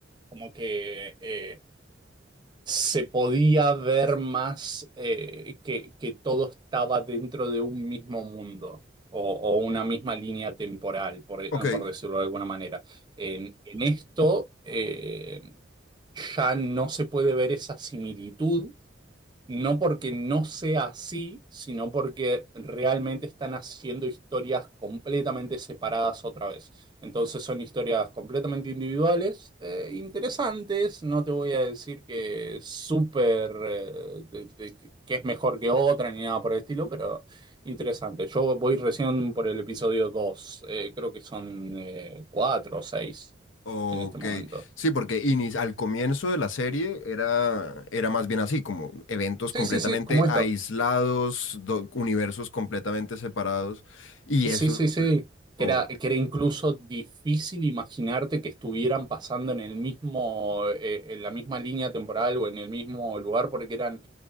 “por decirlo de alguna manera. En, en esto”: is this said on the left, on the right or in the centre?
Right